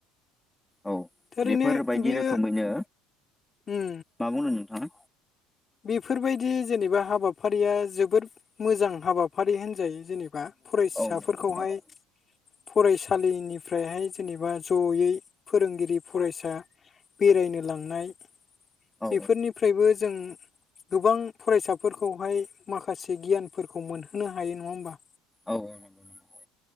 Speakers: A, in the centre; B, on the left (about 20°).
A: औ
B: ओरैनो
A: बेफोरबायदि
B: बियो
A: रोखोमैनो
B: उम
A: मा बुंदों नोंथाङा
B: बेफोरबायदि जेनेबा हाबाफारिया जोबोद मोजां हाबाफारि होनजायो जेनेबा फरायसाफोरखौहाय
A: औ नंगौ नंगौ
B: फरायसालिनिफ्रायहाय जेनेबा जयै फोरोंगिरि फरायसा बेरायनो लांनाय
A: औ
B: बेफोरनिफ्रायबो जों गोबां फरायसाफोरखौहाय माखासे गियानफोरखौ मोनहोनो हायो नङा होमबा?
A: औ नंगौ नंगौ।